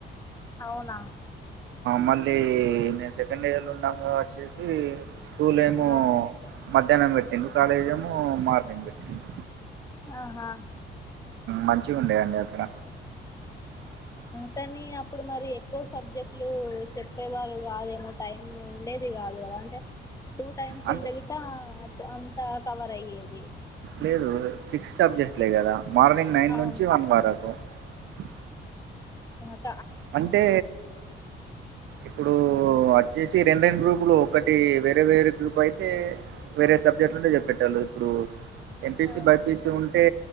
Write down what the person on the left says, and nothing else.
అవునా
ఆ
ఆహా
కానీ అప్పుడు మరి ఎక్కువ సబ్జెక్టులు చెప్పేవారు కాదేమో టైం ఉండేది కాదు అంటే టూ టైమ్స్
ఉంటే కట అంతా కవర్ అయ్యేది
అవును
ఆ
ఆహా